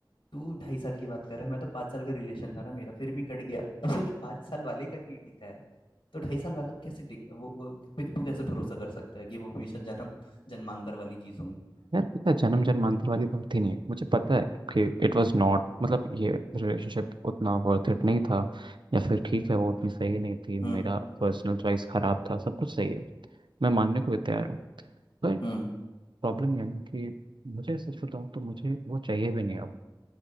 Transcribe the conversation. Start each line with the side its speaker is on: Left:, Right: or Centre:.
Left: तू ढाई साल की बात कर रहा है मैं तो पाँच साल का रिलेशन था ना मेरा फिर भी कट गया अब सोच पाँच साल वाले का नहीं टिका है तो ढाई साल वाला कैसे टिका वो, वो पे तू कैसे भरोसा कर सकता है कि वो हमेशा जन्म जन्मांतर वाली चीज होंगी
Right: यार पता है जन्म जन्मांतर वाली बात ही नहीं है मुझे पता है कि इट वाज नॉट मतलब ये रिलेशनशिप उतना वर्थ इट नहीं था या फिर ठीक है वो उतनी सही नहीं थी
Left: हम्म
Right: मेरा पर्सनल चॉइस खराब था सब कुछ सही है मैं मानने को भी तैयार हूँ पर
Left: हम्म
Right: प्रॉब्लम ये है ना कि मुझे सच बताऊँ तो मुझे वो चाहिए भी नहीं अब